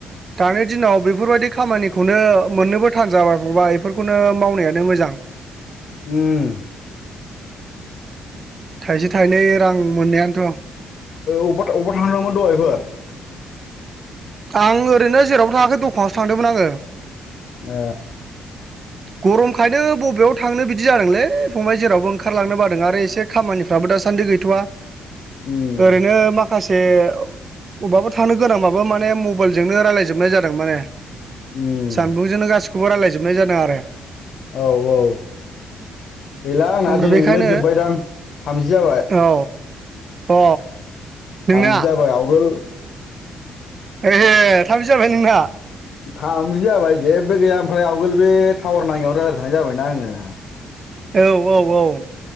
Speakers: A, on the right; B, on the left.
A: दानि दिनाव बेफोरबायदि खामानिखौनो मोननोबो थानजाबाय फंबाय बेफोरखौनो मावनायानो मोजां।
B: उम
A: थाइसे थाइनै रां मोननायानोथ'
B: औ बबेबा अबेबा थांदोंमोन दहायफोर?
A: आं ओरैनो जेरावबो थाङाखै दखानावसो थांदोंमोन आङो।
B: ए
A: गरमखायनो बबेयाव थांनो बिदि जादोंलै फंबाय जेरावबो ओंखारलांनो बादों आरो एसे खामानिफ्रा बो दासान्दि गैथ'वा।
B: उम
A: ओरैनो माखासे अबाफोर थांनो गोनांबाबो माने मबाइलजोंनो रायलायजोबनाय जादों माने।
B: उम
A: सानदुंजोंनो गासिखौबो रायलायजोबनाय जादों आरो।
B: औ औ गैला आंना
A: ओमफ्राय
B: दिनैनिफ्राय
A: बेखायनो
B: जोब्बायदां थामजि जाबाय।
A: औ औ नोंना
B: थामजि जाबाय आवगोल
A: ए थामजि जाबायानो नों ना?
B: थामजि जाबाय जेबो गैया ओमफ्राय आवगोल बे टावार नाङिआवनो रायलायबाय थानाय जाबायना आङो।
A: औ औ औ।